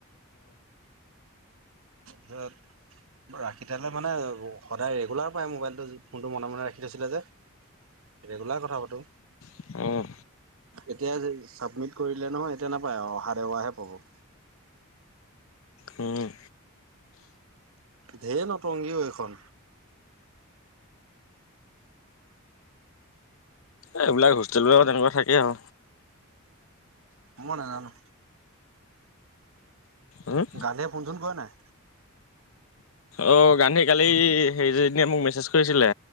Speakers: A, on the right (about 75°); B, on the left (about 75°).
A: তাছত- ৰাখি তেয়াহ'লে মানে সদায় ৰেগুলাৰ পাই মোবাইলটো ফোনটো মনে মনে ৰাখি থৈছিলে যে। ৰেগুলাৰ কথা পাতোঁ।
B: উম
A: এতিয়া যে চাবমিট কৰি দিলে নহয় এতিয়া নাপায় আও অহা দেওবায়েহে পাব।
B: উম'
A: ধেই নতংগীও এইখন।
B: এইবিলাক হোষ্টেলবিলাক তেনেকুৱা থাকে আও।
A: মই নাজানো
B: উম
A: গান্ধীয়ে ফোন চোন কৰে নাই।
B: অ গান্ধী কালি হেৰিজনীয়ে মোক মেছেজ কৰিছিলে